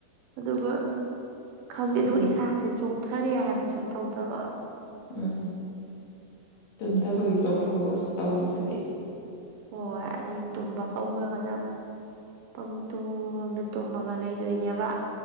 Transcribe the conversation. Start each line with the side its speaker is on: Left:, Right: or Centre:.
Right: ꯑꯗꯨꯒ ꯈꯪꯗꯦ
Left: ꯎꯝ
Right: ꯑꯗꯨꯒ ꯏꯁꯥꯁꯦ ꯆꯣꯛꯊꯔꯦ ꯍꯥꯏꯕꯁꯨ ꯇꯧꯗꯕ
Left: ꯎꯝ ꯇꯨꯝꯗꯕꯒꯤ ꯆꯣꯛꯊꯕꯒꯁꯨ ꯇꯧꯈꯤꯗꯕꯤ
Right: ꯍꯣꯏ ꯑꯗꯩ ꯇꯨꯝꯕ ꯍꯧꯈ꯭ꯔꯒꯅ ꯑꯃꯨꯛ ꯄꯪꯇꯨꯝꯗ ꯇꯨꯝꯃꯒ ꯂꯩꯗꯣꯏꯅꯦꯕ